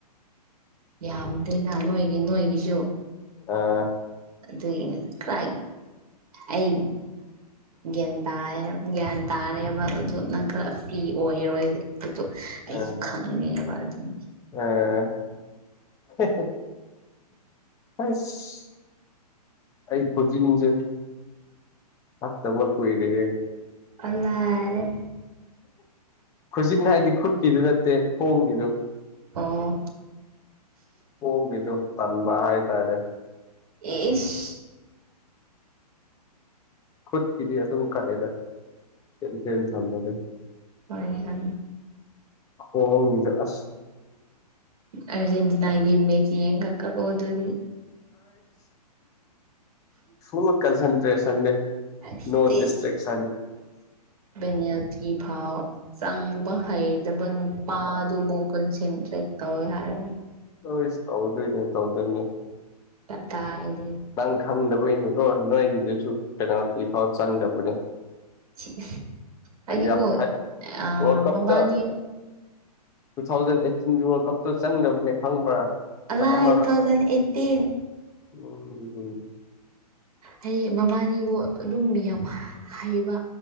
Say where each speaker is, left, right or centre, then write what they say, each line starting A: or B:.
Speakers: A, on the right; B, on the left.
A: ꯌꯥꯝꯗꯦꯅ ꯅꯣꯏꯒꯤ ꯅꯣꯏꯒꯤꯁꯨ
B: ꯑꯥ
A: ꯑꯗꯨꯒꯤꯅꯦ ꯀ꯭ꯔꯥꯏ ꯑꯩ ꯒ꯭ꯌꯥꯟ ꯇꯥ ꯒ꯭ꯌꯥꯟ ꯇꯥꯔꯦꯕ ꯑꯗꯨ ꯅꯪ ꯈꯔ ꯐꯤ ꯑꯣꯏꯔꯣꯏ ꯑꯗꯨꯣ ꯑꯩꯁꯨ
B: ꯑꯥ
A: ꯈꯪꯉꯦꯕ ꯑꯗꯨꯝ
B: ꯑꯥ <inaudible> ꯑꯁ ꯑꯩ ꯈꯨꯖꯤꯟꯁꯦ ꯐꯠꯇꯕ ꯀꯨꯏꯔꯦꯍꯦ
A: ꯑꯔꯦ
B: ꯈꯨꯖꯤꯠ ꯍꯥꯏꯅꯥ ꯍꯥꯏꯗꯤ ꯈꯨꯠꯀꯤꯗꯨ ꯅꯠꯇꯦ ꯈꯣꯡꯒꯤꯗꯨ
A: ꯑꯣ
B: ꯍ ꯃꯤꯗꯨꯣ ꯇꯟꯕ ꯍꯥꯏ ꯇꯔꯦ
A: ꯏꯁ
B: ꯈꯨꯠꯀꯤꯗꯤ ꯑꯗꯨꯝ ꯀꯛꯑꯦꯗ ꯆꯦꯟ ꯊꯝꯕꯗꯦ
A: ꯍ ꯍꯥꯏ
B: ꯍꯣꯡꯣꯡꯒꯦꯖꯣ ꯑꯁ
A: ꯑꯔꯖꯦꯟꯇꯤꯅꯥꯒꯤ ꯏꯃꯦꯁꯤ ꯌꯦꯡ ꯀꯀꯒ ꯍꯗꯗꯤ
B: ꯐꯨꯜ ꯀꯟꯁꯟꯇ꯭ꯔꯦꯁꯟꯅꯦ
A: ꯑꯁ
B: ꯅꯣ ꯗꯤꯁꯇꯔꯤꯛ
A: ꯏꯁ
B: ꯁꯟ
A: ꯄꯦꯅꯦꯜꯇꯤ ꯐꯥꯎ ꯆꯪꯕ ꯍꯩꯇꯕ ꯅꯨꯄꯥꯗꯨꯕꯨ ꯀꯟꯁꯦꯟꯇ꯭ꯔꯦꯠ ꯇꯧꯋꯦ ꯍꯥꯏꯔꯦ
B: ꯍꯣꯏꯁ ꯇꯧꯗꯣꯏꯅꯦ ꯇꯧꯗꯣꯏꯅꯦ
A: ꯇꯥꯏ
B: ꯅꯪ ꯈꯪꯗꯕꯒꯤꯅꯦꯀꯣ ꯅꯣꯏꯒꯤꯗꯨꯁꯨ ꯀꯩꯅꯣꯇꯤꯐꯥꯎ ꯆꯪꯗꯕꯅꯦ
A: ꯁꯤꯁ ꯍꯥꯏꯗꯤꯀꯣ
B: ꯑ ꯍꯥꯏ
A: ꯑ
B: ꯋꯥꯔ ꯀꯞꯇ
A: ꯃꯕꯥꯅꯤ
B: ꯇꯨ ꯊꯥꯎꯖꯟ ꯑꯩꯠꯇꯤꯟꯒꯤ ꯋꯥꯔꯜ ꯀꯞꯇꯣ ꯆꯪꯗꯕꯅꯦ ꯈꯪꯕ꯭ꯔꯥ
A: ꯑ
B: ꯈꯪꯉꯝꯃꯔꯣꯏ
A: ꯊꯥꯎꯖꯟ ꯑꯩꯠꯇꯤ
B: ꯎꯝ
A: ꯍ ꯃꯕꯥꯥꯅꯤꯕꯨ ꯑꯗꯨꯝ ꯌꯥꯝ ꯍꯩꯕ